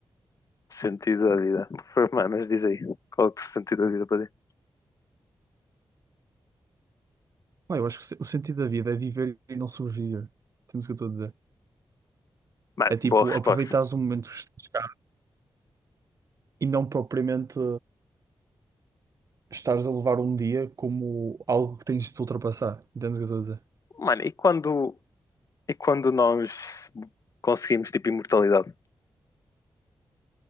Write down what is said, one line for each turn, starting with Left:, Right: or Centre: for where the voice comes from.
Left: Sentido da vida. Mas mas diz aí, qual é o sentido da vida para ti?
Right: Pá, eu acho que o se- o sentido da vida é viver e não sobreviver. Entendes o que eu estou a dizer?
Left: Mano,
Right: É tipo,
Left: boa resposta.
Right: aproveitares o momento que estás e não propriamente estares a levar um dia como algo que tens de te ultrapassar. Entendes o que eu estou a dizer?
Left: Mano, e quando E quando nós conseguimos, tipo, imortalidade?